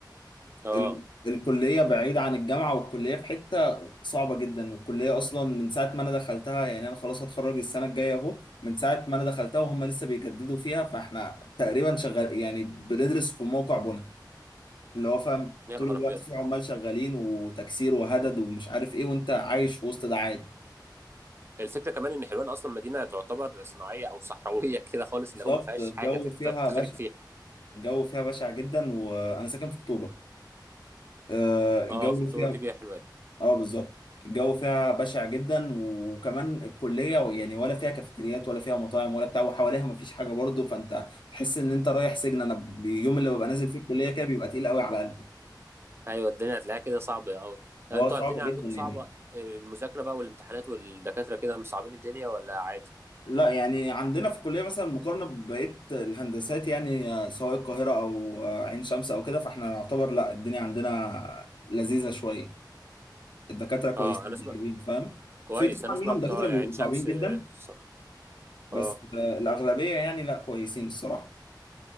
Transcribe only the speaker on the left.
ال- الكليه بعيده عن الجامعه والكليه في حته صعبه جدا والكليه اصلا من ساعه ما انا دخلتها يعني انا خلاص هتخرج السنه الجايه اهو من ساعه ما انا دخلتها وهم لسه بيجددوا فيها فاحنا تقريبا شغال يعني بندرس في موقع بنا اللي هو فاهم
طول
الوقت
في عمال شغالين وتكسير وهدد ومش عارف ايه وانت عايش في وسط ده عادي
بالظبط
الجو
فيها
بشع
الجو فيها بشع جدا وانا ساكن في اكتوبر آه، الجو
فيها
اه بالظبط الجو فيها بشع جدا وكمان الكليه يعني ولا فيها كافيتريات ولا فيها مطاعم ولا بتاع وحواليها مفيش حاجه برضه فانت تحس ان انت رايح سجن انا اليوم اللي ببقى نازل فيه الكليه
كده بيبقى تقيل قوي على قلبي
اه
صعب
جدا
يعني
لا يعني عندنا في الكليه مثلا مقارنه ببقيه الهندسات يعني آه، سواء القاهره او آه، عين شمس او كده فاحنا نعتبر لا الدنيا عندنا لذيذه شويه الدكاتره كويسين
طيبين فاهم
في طبعا
منهم
دكاتره
بيبقوا
صعبين جدا
بس
آه، الأغلبية يعني لا كويسين الصراحة